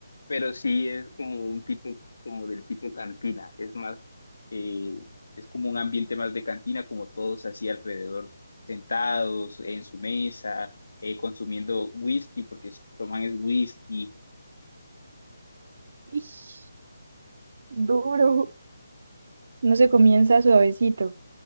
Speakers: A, on the left; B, on the right.
A: pero sí es como un tipo, como del tipo cantina, es más, eh, es como un ambiente más de cantina, como todos así alrededor, sentados en su mesa, eh, consumiendo whisky, porque s- toman es whisky,
B: Ish, duro. No se comienza suavecito.